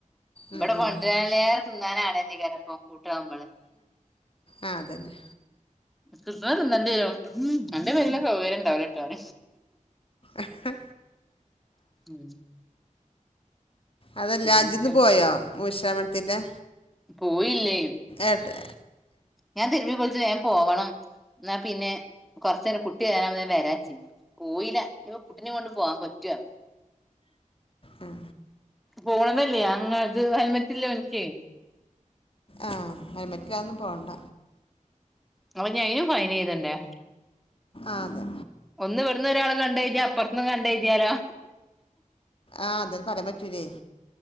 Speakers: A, in the centre; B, on the left.
A: ഇവിടെ
B: ഉം
A: കൊണ്ട്പോയാല്
B: ഉം
A: തിന്നാനാണല്ലേ <unintelligible> കൂട്ടാവുമ്പോള്
B: ആ അതന്നെ
A: കിട്ടണത് തിന്നണ്ടിവരും അന്റെ പെരേലെ സൗകര്യം ഇണ്ടാവൂല ട്ടോ ഓൻ
B: ആഹ്
A: ഉം
B: അതല്ല
A: അങ്ങനൊക്കെ
B: ഇഞ്ജന്ന് പോയോ മൂശാമ്പളത്തിറെ
A: പോയില്ലേ
B: ഏട്ട്
A: ഞാൻ തിരുമ്പി കുളിച് വേം പോവണം എന്നാ പിന്നെ കൊറച്ച നേരം കുട്ടി വരാവുമ്പോ വരാച്ചി കോഴിനെ ഇനി ഇപ്പൊ കുട്ടിനെ കൊണ്ട് പോവാൻ പറ്റൊ
B: ഉം
A: പോണതല്ലേ അങ് അത് ഹെൽമറ്റ ഇല്ലേ ഓൻക്ക്
B: ആഹ് ഹെൽമറ്റിലാതൊന്നും പോവണ്ട
A: അപ്പൊ ഇഞ് അയ്‌നും ഫൈൻ എയ്തണ്ടേ
B: ആഹ് അതേ
A: ഒന്ന് ഇവിടുന്ന ഒരാൾ കണ്ട കഴിച്ചാ അപ്പുറന്നും കണ്ടയ് തീയാലോ
B: ആഹ അതന് പറയാൻ പറ്റൂല്ലേ